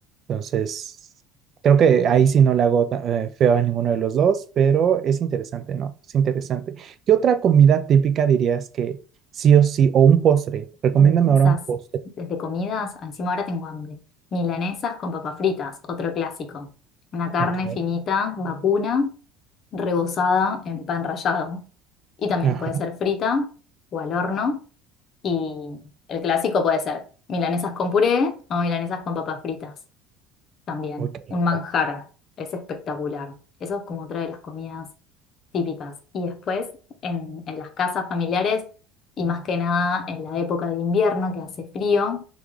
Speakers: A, on the right; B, on the left.
A: Entonces, creo que ahí sí no le hago ta- eh, feo a ninguno de los dos, pero es interesante, ¿no? Es interesante. ¿Qué otra comida típica dirías que sí o sí, o un postre? Recomiéndame
B: Milanesas,
A: ahora un postre.
B: desde comidas, encima ahora tengo hambre. Milanesas con papas fritas, otro clásico. Una carne
A: Ok,
B: finita, vacuna, rebozada en pan rallado. Y también
A: ajá,
B: puede ser frita o al horno. Y el clásico puede ser milanesas con puré o milanesas con papas fritas también,
A: uy, qué rico.
B: un manjar, es espectacular. Eso es como otra de las comidas típicas. Y después en, en las casas familiares y más que nada en la época de invierno que hace frío,